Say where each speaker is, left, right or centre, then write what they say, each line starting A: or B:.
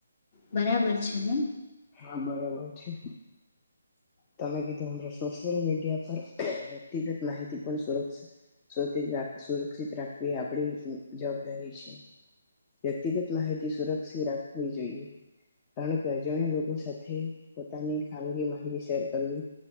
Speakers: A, on the left; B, on the left.
A: બરાબર છે ને?
B: હા બરાબર છે. તમે કીધું એમ સોશિયલ મીડિયા પર વ્યક્તિગત માહિતી પણ સુરક્ષિત સુરતી સુરક્ષિત રાખવી આપણી જવાબદારી છે. વ્યક્તિગત માહિતી સુરક્ષિત રાખવી જોઈએ. કારણ કે અજાણ્યા લોકો કો સાથે પોતાની ખાનગી માહિતી શેર કરવી